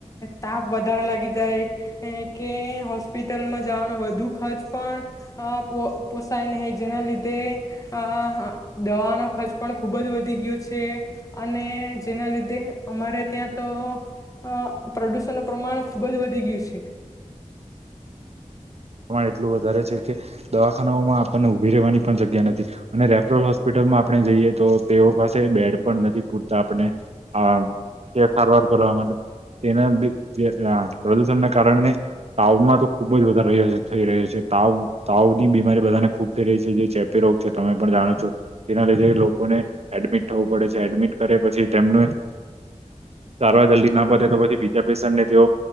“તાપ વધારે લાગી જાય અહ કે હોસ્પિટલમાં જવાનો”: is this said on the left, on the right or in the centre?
Left